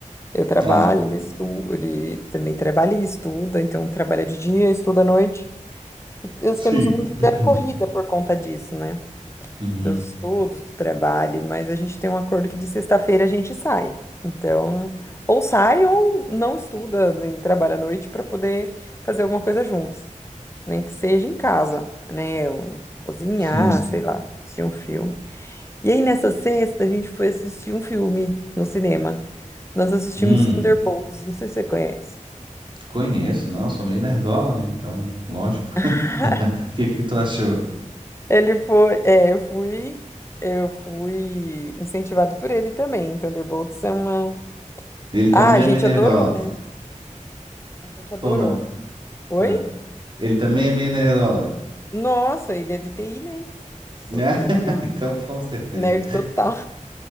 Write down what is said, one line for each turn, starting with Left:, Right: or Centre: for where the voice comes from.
Left: eu trabalho,
Right: Ah,
Left: ele, estu, ele também trabalha e estuda, então trabalha de dia, estuda à noite. E nós
Right: Sim.
Left: temos uma vida
Right: <clears throat>
Left: corrida por conta disso, né?
Right: uhum.
Left: Dos estudos, do trabalho, mas a gente tem um acordo que de sexta-feira a gente sai. Então, ou sai ou não estuda, nem trabalha à noite para poder fazer alguma coisa juntos, nem que seja em casa, né? Um- cozinhar,
Right: Sim.
Left: sei lá, assistir um filme. E aí, nessa sexta, a gente foi assistir um filme no cinema. Nós assistimos
Right: Hum,
Left: Thunderbolts, não sei se você conhece.
Right: conheço, não, sou meio nerdola, né? Então, lógico. <laughs>
Left: <laughs>
Right: O que que tu achou?
Left: Ele foi, é, eu fui, eu fui incentivado por ele também. Thunderbolts é uma.
Right: Ele
Left: Ah,
Right: também
Left: a gente
Right: é meio nerdola.
Left: adorou, né? A gente adorou.
Right: Ou não?
Left: Oi?
Right: Ah, ele também é meio nerdola. <laughs>
Left: Nossa, ele é de TI, né? Sou
Right: Ah,
Left: que de TI.
Right: então, com certeza.
Left: Nerd total.